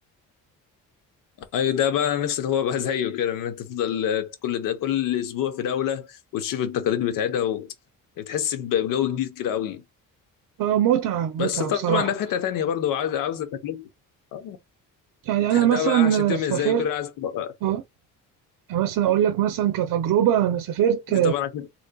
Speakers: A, on the left; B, on the right.
A: ايوه ده بقى انا نفسي اللي هو بقى زيه كده ان انت تفضل كل ده كل اسبوع في دوله وتشوف التقاليد بتاعتها و- بتحس ب- بجو جديد كده قوي
B: اه متعه
A: بس
B: متعه
A: طبعا
B: بصراحه
A: ده في حته تانيه برضه عاوز عاوز تكلفه آه.
B: يعني
A: <laughs>
B: انا مثلا
A: ده بقى عشان تعمل
B: سافرت
A: زيه كده عايز تبقى-
B: اه يعني مثلا اقول لك مثلا كتجربه انا سافرت
A: دي طبعا عشان